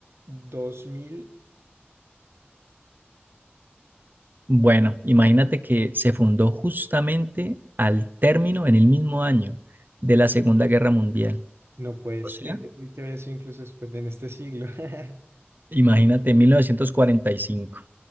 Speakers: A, on the right; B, on the right.
A: 2002.
B: Bueno, imagínate que se fundó justamente al término, en el mismo año de la Segunda Guerra Mundial.
A: No puede
B: O
A: ser,
B: sea,
A: yo creí que había sido incluso después de en este siglo. <laughs>
B: imagínate 1945.